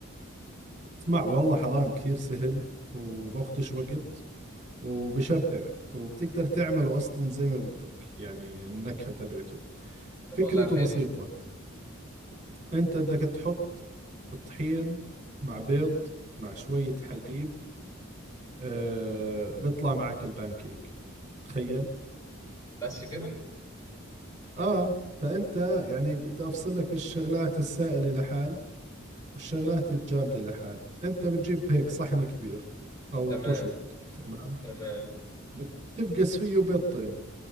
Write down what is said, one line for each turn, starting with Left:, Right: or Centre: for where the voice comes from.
Right: اسمع والله حرام كثير سهل وباخدش وقت وبشبع وبتقدر تعمله أصلا زي ما بدك يعني النكهة تبعته
Left: طب
Right: فكرته
Left: والله حلو
Right: بسيطة أنت بدك تحط الطحين مع بيض مع شوية حليب أه بيطلع معك البانكيك تخيل
Left: بس كده
Right: اه فانت يعني بدي افصل لك الشغلات السائلة لحال والشغلات الجامدة لحال انت بتجيب هيك صحن كبير او
Left: تمام
Right: طشط تمام
Left: تمام
Right: بتفقس فيه بيضتين